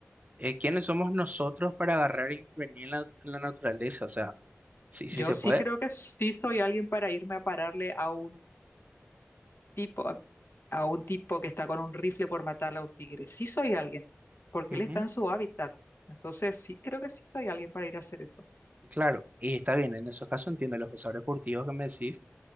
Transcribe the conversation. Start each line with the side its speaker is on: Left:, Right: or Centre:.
Right: eh, ¿quiénes somos nosotros para agarrar e intervenir en la, en la naturaleza? O sea, sí, sí
Left: Yo
Right: se
Left: sí
Right: puede.
Left: creo que sí soy alguien para irme a pararle a un tipo, a, a un tipo que está con un rifle por matarle a un tigre. Sí soy alguien, porque
Right: ujú,
Left: él está en su hábitat. Entonces sí creo que sí soy alguien para ir a hacer eso.
Right: Claro, y está bien, en esos casos entiendo los cazadores furtivos que me decís,